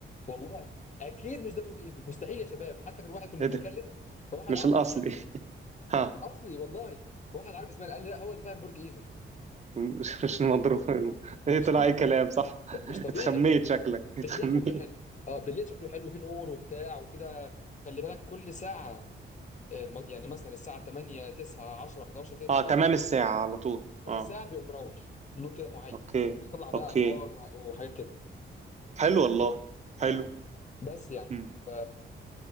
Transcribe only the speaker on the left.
والله اكيد مش ده برج ايفل مستحيل يا شباب حتى كان
واحد كنا
بنتكلم
فواحد
عربي
سمعنا
مش اصلي والله فواحد عربي سمعنا قال لي لا هو ده فعلا برج ايفل
مش
مش طبيعي
بالليل
شكله حلو اه بالليل شكله حلو فيه نور وبتاع وكده خلي بالك كل ساعة آه، م- يعني مثلا الساعة 8 9 10 11 كده بالليل
تمام
الساعة بيقوم منور نور كده معين
ويطلع بقى
انوار وح- وحاجات كده
اه بس يعني
ف...